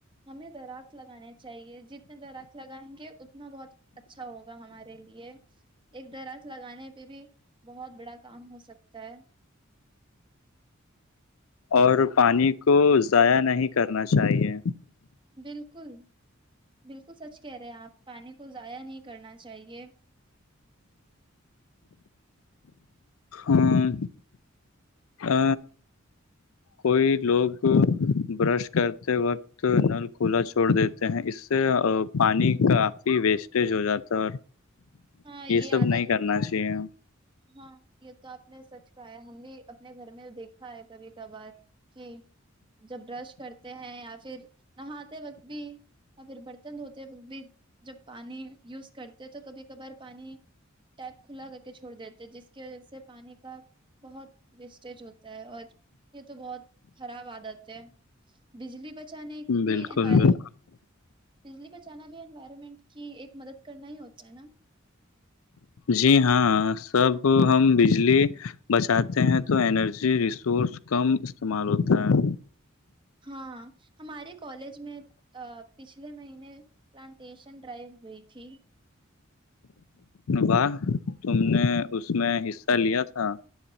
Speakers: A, on the right; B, on the left.
A: ہمیں درخت لگانے چاہیے جتنے درخت لگائیں گے اتنا بہت اچھا ہوگا ہمارے لیے ایک درخت لگانے پہ بھی بہت بڑا کام ہو سکتا ہے
B: اور پانی کو ضائع نہیں کرنا چاہیے
A: بالکل بالکل سچ کہہ رہے ہیں آپ پانی کو ضائع نہیں کرنا چاہیے
B: ہاں ہ کوئی لوگ برش کرتے وقت نل کھلا چھوڑ دیتے ہیں اس سے پانی کافی ویسٹیج ہو جاتا ہے
A: ہاں یہ
B: سب
A: آد
B: نہیں کرنا چاہیے
A: ہاں یہ تو آپ نے سچ کاا ہے ہم بھی اپنے گھر میں دیکھا ہے کبھی کبھار کہ جب برش کرتے ہیں یا پھر نہاتے وقت بھی یا پھر برتن دھوتے وقت بھی جب پانی یوز کرتے ہیں تو کبھی کبھار پانی ٹیپ کھلا کر کے چھوڑ دیتے جس کی وجہ سے پانی کا بہت رسٹیج ہوتا ہے اور یہ تو بہت خراب عادت ہے بجلی ب چان بھیر
B: بالکل بالکل
A: ب ب اچانا بھی انوائرمنٹ کی ایک مدد کرنا ہی ہوتا ہے نا
B: جی ہاں سب ہم بجلی بچاتے ہیں تو انرجی ریسورس کم استعمال ہوتا ہے
A: ہاں ہمارے کالج میں پچھلے مہینے پلانٹیشن ڈرائیو ہوئی تھی
B: واہ تم نے اس میں حصہ لیا تھا